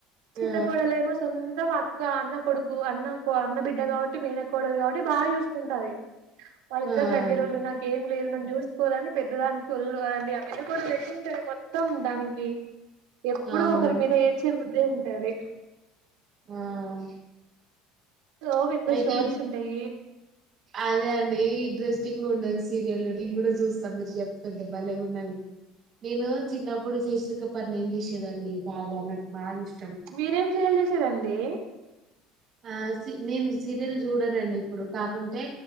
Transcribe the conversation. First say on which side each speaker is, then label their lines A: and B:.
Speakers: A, on the right; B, on the right.
A: చిన్న
B: ఆ
A: కోడలేమో సొంత మా ఇంకా అన్న కొడుకు అన్న అన్న బిడ్డ కాబట్టి మేన కోడలు కాబట్టి బాగా చూసుకుంటాది వాళ్ళి
B: ఆ
A: ఇద్దరు దగ్గర వాళ్ళు నాకేం లేదు నన్ను చూసుకోదని పెద్దదానికి ఒళ్ళు అండి ఆ పెద్ద కోడలు ఎట్లుంటది మొత్తం దానికి ఎప్పుడూ
B: అవును
A: ఒకరి మీద ఏడ్చే బుద్దే ఉంటది
B: మ్
A: సో పెద్ద
B: అయితే
A: స్టోరీస్ ఉంటాయి
B: అదే అండీ ఇంట్రెస్టింగ్ ఉన్నది సీరియల్ నేను కూడా చూస్తా మీరు చెప్తుంటే భలే ఉన్నది నేను చిన్నప్పుడు చేశరిక పర్ని ఏం చేసేదండి బాగా నాకు బాగా ఇష్
A: మీరేం చేయల్ చేసారండి
B: ఆ సి నేను సీరియల్ చూడనండి ఇప్పుడు కాకుంటే